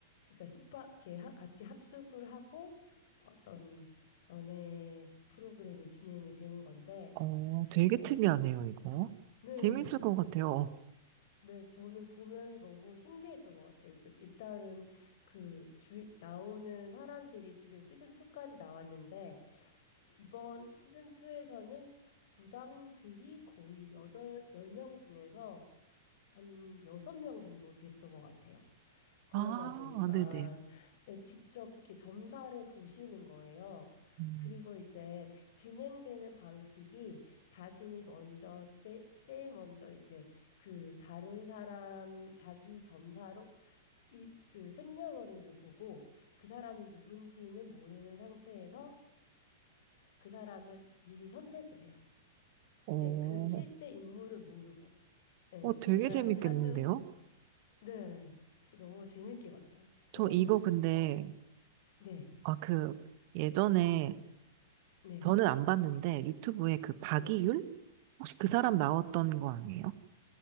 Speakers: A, on the left (about 55°); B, on the right (about 45°).
A: 그러니까 숙박, 이렇게 하- 같이 합숙을 하고, 어떤 연애 프로그램이 진행이 되는 건데,
B: 어, 되게
A: 어,
B: 특이하네요, 이거.
A: 네네.
B: 재밌을 것 같아요.
A: 네, 저는 보면서 너무 신기했던 것 같아요. 일단- 일단은 그 주, 나오는 사람들이 지금 시즌 2까지 나왔는데, 이번 시즌 2에서는 무당들이 거의 여덟 열 명 중에서 한 여섯 명 정도 됐던 것 같아요. 그러다
B: 아,
A: 보니까
B: 네네.
A: 예, 직접 이렇게 점사를 보시는 거예요.
B: 음.
A: 그리고 이제 진행되는 방식이 자신이 먼저 제, 제일 먼저 이제 그 다른 사람 자기 점사로 이, 그 생년월일을 보고 그 사람이 누군지는 모르는 상태에서 그 사람을 미리 선택을 해요.
B: 오,
A: 네, 그 실제 인물은 모르고, 네,
B: 어, 되게
A: 그 사람의
B: 재밌겠는데요?
A: 사주, 네, 그 너무 재밌게 봤어요. 그래서,
B: 저 이거 근데,
A: 어, 네.
B: 아, 그, 예전에,
A: 네,
B: 저는 안 봤는데, 유튜브에 그 박이윤?
A: 네.
B: 혹시 그 사람 나왔던 거 아니에요?